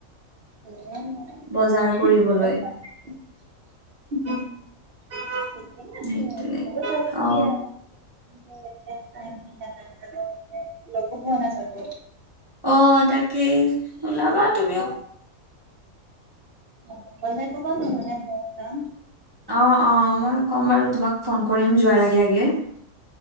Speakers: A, on the right; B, on the right.
A: উ। <unintelligible>
B: বজাৰ কৰিবলৈ
A: সেইতিছে
B: সেইটোৱে
A: ঘ <unintelligible>
B: অ
A: এতিয়াই তাইক নাজানিলোঁ ন লগো পোৱা নাযাব।
B: অ তাকেই ওলাবা তুমিও।
A: অ গলে কবা নহ'লে মইয়ো যাম।
B: অ অ মই ক'ম বাৰু তোমাক ফোন কৰিম যোৱাৰ আগে আগে।